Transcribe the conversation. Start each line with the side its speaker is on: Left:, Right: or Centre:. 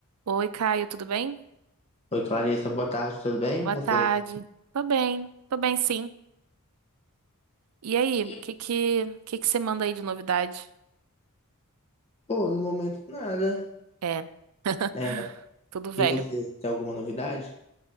Right: Oi, Caio, tudo bem?
Left: Oi, Clarissa, boa tarde, tudo bem?
Right: Boa
Left: E Você?
Right: tarde. Tô bem, tô bem sim. E aí,
Left: E-
Right: o que que, que que você manda aí de novidade?
Left: Pô, no momento nada.
Right: É, <laughs>
Left: É,
Right: tudo velho.
Left: e você, tem alguma novidade?